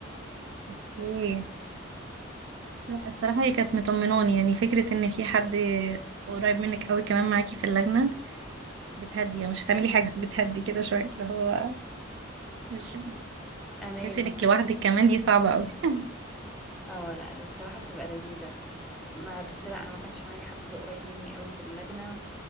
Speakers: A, on the right; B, in the centre.
A: اوكي لا الصراحة هي كانت مطمناني يعني فكرة إن في حد قريب منك أوي كمان معاكي في اللجنة بتهدي يعني مش هتعملي حاجة بس بتهدي كده شوية اللي هو مش
B: امان
A: تحسي انك لوحدك كمان دي صعبة قوي <laughs>
B: اه لا الصراحة بتبقى لذيذة ما بس لا انا ما كانش معايا حد قريب مني قوي في اللجنة